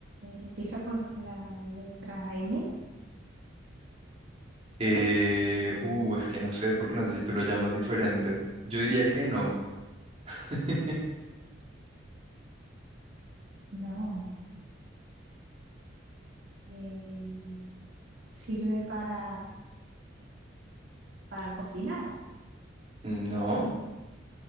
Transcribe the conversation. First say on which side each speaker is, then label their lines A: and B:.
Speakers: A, on the right (about 65°); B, on the right (about 35°).
A: empieza por la letra M?
B: Eh, uh, es que no sé, porque no sé si tú lo llamas diferente. Yo diría que no. <laughs>
A: No. eh, ¿sirve para, para cocinar?
B: No,